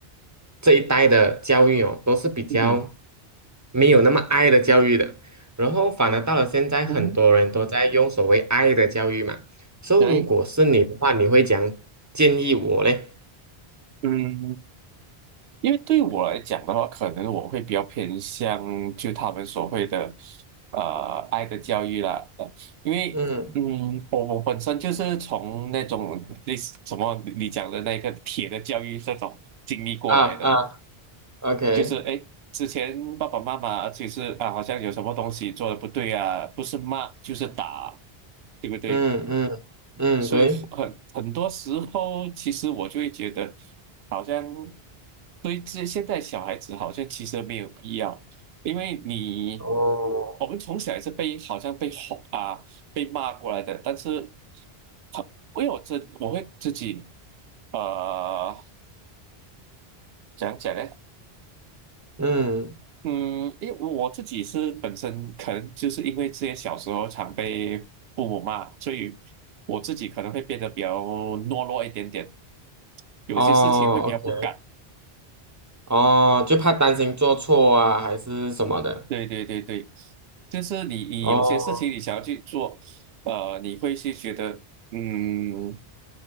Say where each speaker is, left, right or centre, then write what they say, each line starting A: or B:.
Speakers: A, on the right; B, on the right.
A: 这一代的教育哦，都是比较
B: 哼，
A: 没有那么爱的教育的，然后反而到了现在，很多人都在用所谓爱的教育嘛。
B: 嗯，
A: 所以如果是你的话，
B: 可以
A: 你会讲建议我嘞？
B: 嗯，因为对我来讲的话，可能我会比较偏向就他们所谓的呃爱的教育啦，呃因为嗯，
A: 嗯
B: 我我本身就是从那种类似什么你讲的那个铁的教育这种经历过来的，
A: 啊啊，OK，
B: 就是哎，诶之前爸爸妈妈其实啊，好像有什么东西做的不对啊，不是骂就是打，对不对？
A: 嗯嗯嗯，
B: 所以很很多时候，
A: 对，
B: 其实我就会觉得，好像对这现在小孩子好像其实没有必要，因为你
A: 哦，
B: 我们从小也是被好像被吼啊被骂过来的，但是很因为我这我会自己呃怎样讲呢？
A: 嗯
B: 嗯，因为我我自己是本身可能就是因为之前小时候常被父母骂，所以我自己可能会变得比较懦弱一点点，有些事情会比较不敢。
A: 哦，OK，哦，就怕担心做错啊，还是什么的，
B: 对对对对，就是你你有些事情你想要去做，
A: 哦，
B: 呃，你会去觉得嗯